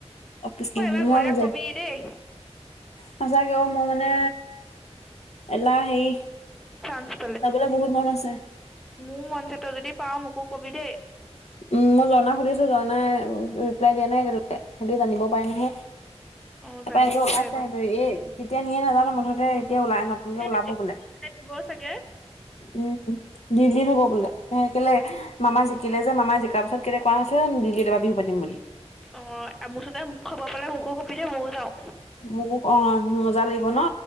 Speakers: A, on the left; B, in the centre.
A: অ কৃষ্ণ
B: এবাৰ
A: মম
B: গ'লে
A: জয়।
B: কবি দেই
A: সঁচাকে অ মোৰ মানে এলাহ সেই।
B: চাঞ্চ।
A: যাবলে বহুত মন আছে।
B: মোৰ মন আছে তই যদি পাওঁ মোকো কবি দেই।
A: উম মই জৰ্ণা সুধিছো জৰ্ণাই ৰিপ্লাই দিয়া নাই এতিয়ালৈকে সেইটো জানিব পাৰে নহয়।
B: অ
A: তা
B: জানিবও
A: পা এনেকে ওলাইছে
B: পাৰে বাৰু
A: সেতে ৰে কেতিয়া নিয়ে নাজানো মুঠতে এতিয়া ওলাই হত। ননকে
B: এ
A: ওলাব বোলে।
B: দিব চাগে
A: উম বিছ দিন হ'ব বোলে এ কেলে মামা জিকিলে মামাই জিকাৰ পাছত কেলে কোৱা নাছিলে নেন দিল্লীত এইবাৰ বিহু পাতিম বুলি।
B: অ মুঠতে মোক খবৰ পালে মোকো কবি দে ময়ো যাওঁ।
A: মোকো অ মজা লাগিব ন